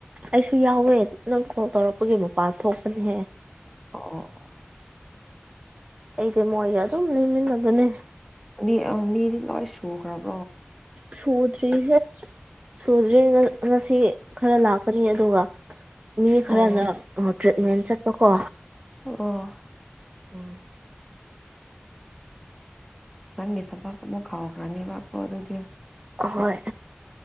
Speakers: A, on the right; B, in the centre.
A: ꯑꯩꯁꯨ ꯌꯥꯎꯋꯦ ꯅꯪ ꯀꯣꯜ ꯇꯧꯔꯛꯄꯒꯤ ꯃꯄꯥꯟ ꯊꯣꯛꯄꯅꯦꯍꯦ
B: ꯑꯣ
A: ꯑꯩꯗꯤ ꯃꯣꯏꯒ ꯑꯗꯨꯝ ꯂꯩꯃꯤꯟꯅꯕꯅꯦ
B: ꯃꯤ ꯃꯤꯔꯤ ꯂꯣꯏ ꯁꯨꯔꯈꯔꯝ
A: ꯆꯔꯤ ꯍ ꯆꯔꯤ ꯉꯁꯤ ꯈꯔ ꯂꯥꯛꯀꯅꯤ ꯑꯗꯨꯒ ꯃꯤ
B: ꯑꯣ
A: ꯈꯔꯅ ꯇ꯭ꯔꯤꯠꯃꯦꯟ ꯆꯠꯄꯀꯣ
B: ꯑꯣ
A: ꯎꯝ
B: ꯥꯟꯒꯦ ꯊꯕ ꯀꯕꯨ ꯈꯥꯎ ꯔꯥꯅꯤꯕ ꯀꯣ ꯑꯗꯨꯗꯤ
A: ꯍꯣꯏ